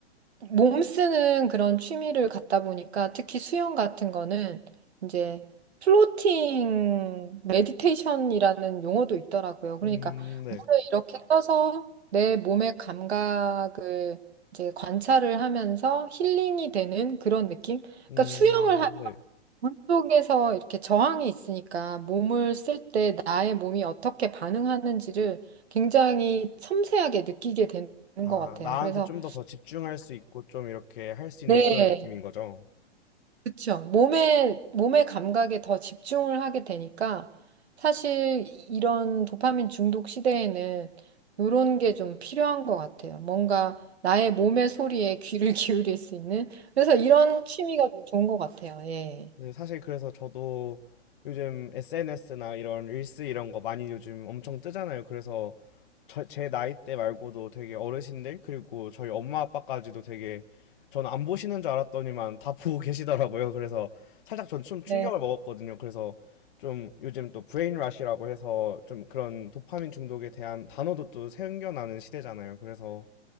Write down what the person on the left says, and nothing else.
음, 네.
음,
네.
아,
나한테
좀 더 더 집중할 수 있고 좀 이렇게 할 수 있는
그런 느낌인 거죠.
네, 사실 그래서 저도 요즘 SNS나 이런 릴스 이런 거 많이 요즘 엄청 뜨잖아요. 그래서 저, 제 나이 때 말고도 되게 어르신들, 그리고 저희 엄마 아빠까지도 되게 저는 안 보시는 줄 알았더니만 다 보고 <laughs> 계시더라고요. 그래서 살짝 전 좀 충격을
먹었거든요. 그래서 좀 요즘 또 브레인 러시라고 해서 좀 그런 도파민 중독에 대한 단어도 또 생겨나는 시대잖아요. 그래서